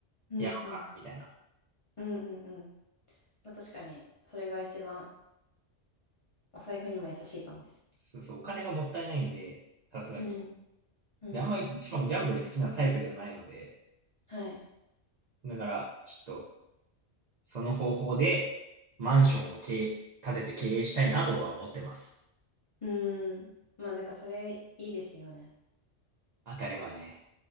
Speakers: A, on the left (about 45°); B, on the right (about 65°).
A: うんうん。
B: やろうかな、みたいな。
A: うんうんうん。まあ確かに、それが一番お財布にも優しいかもです。
B: そうそう、お金がもったいないんで、さすがに。
A: うん。うんうん。
B: で、あんまり、しかもギャンブル好きなタイプではないので、
A: はい。
B: だから、ちょっと、その方法で、マンションを経営、建てて経営したいなとは思ってます。
A: うーん。まあなんかそれいいですよね。
B: 当たればね。